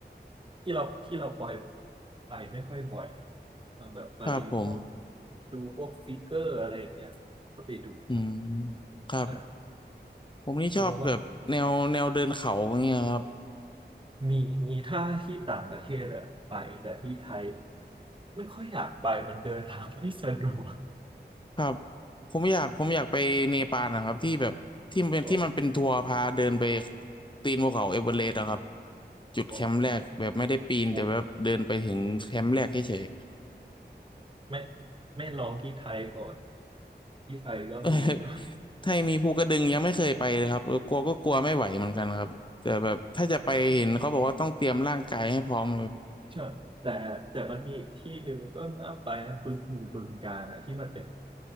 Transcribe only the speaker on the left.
ครับผม
อืมครับ
ผมนี่ชอบแบบแนวแนวเดินเขาอย่างเงี้ยครับ
ครับผมอยากผมอยากไปเนปาลนะครับที่แบบที่มันเป็นที่มันเป็นทัวร์พาเดินไป
ตีนภูเขาเอเวอเรสต์อะครับ จุดแคมป์แรกแบบไม่ได้ปีนแต่แบบเดินไปถึงแคมป์แรกเฉย
ๆ <laughs> เออไทยมีภูกระดึงยังไม่เคยไปเลยครับเออกลัวก็กลัวไม่ไหวเหมือนกันครับแต่แบบถ้าจะไปเห็นเขาบอกว่าต้องเตรียมร่างกายให้พร้อมแบบ